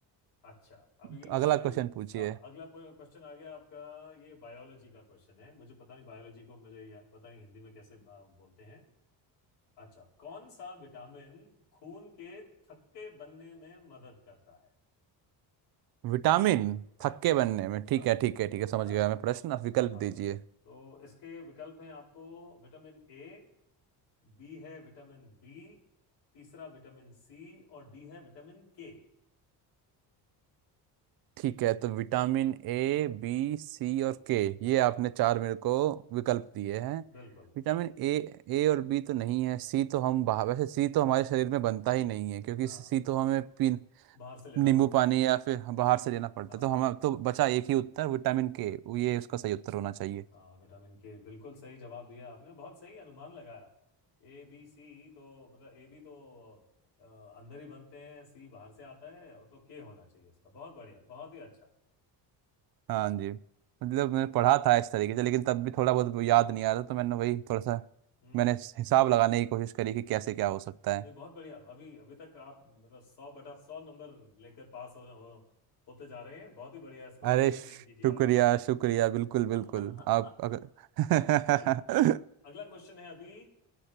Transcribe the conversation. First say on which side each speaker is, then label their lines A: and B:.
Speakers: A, on the left (about 75°); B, on the right (about 60°).
A: अच्छा अभी
B: तो अगला
A: अभी
B: क्वेश्चन पूछिए
A: हाँ अगला क्वेश्चन आ गया आपका ये बायोलॉजी का क्वेश्चन है मुझे पता नहीं बायोलॉजी को मुझे या पता नहीं हिंदी में कैसे आ, बोलते हैं अच्छा कौन सा विटामिन खून के थक्के बनने में मदद करता है
B: विटामिन
A: हाँ
B: थक्के बनने में ठीक
A: हाँ
B: है ठीक है ठीक है समझ
A: है ना
B: गया मैं प्रश्न आप विकल्प
A: हाँ
B: दीजिए
A: तो इसके विकल्प हैं आपको विटामिन ए बी है विटामिन बी तीसरा विटामिन सी और डी है विटामिन के
B: ठीक है तो विटामिन ए बी सी और के ये आपने
A: हाँ
B: चार मेरे को विकल्प दिए हैं
A: बिल्कुल
B: Vitamin A ए और बी तो नहीं है सी तो हम बाहर वैसे सी तो हमारे शरीर में बनता ही नहीं है क्योंकि
A: हाँ
B: सी तो हमें पी
A: बाहर से लेना
B: नींबू
A: पड़ता
B: पानी
A: है
B: या फिर बाहर से लेना पड़ता
A: हाँ
B: है तो हम तो बचा एक ही उत्तर विटामिन के ये उसका सही उत्तर होना चाहिए
A: हाँ विटामिन के बिल्कुल सही जवाब दिया आपने बहुत सही अनुमान लगाया ए बी सी तो मतलब ए बी तो अ, अंदर ही बनते हैं सी बाहर से आता है और तो के होना चाहिए इसका बहुत बढ़िया बहुत ही अच्छा
B: हाँ जी मतलब मैंने पढ़ा था इस तरीके से लेकिन तब भी थोड़ा बहुत याद नहीं आ रहा तो मैंने वही थोड़ा सा
A: हम्म
B: मैंने हिसाब लगाने की कोशिश करी कि कैसे क्या हो सकता है
A: नहीं बहुत बढ़िया अभी अभी तक आप मतलब सौ बटा सौ नंबर लेकर पास हो, हो होते जा रहे हैं बहुत ही बढ़िया इसको
B: अरे
A: ऐसे ही
B: शुक्रिया
A: मेंटेन कीजिए
B: शुक्रिया बिल्कुल बिल्कुल
A: आगे
B: आप अगर
A: <laughs> चलो
B: <laughs>
A: अगला क्वेश्चन है अभी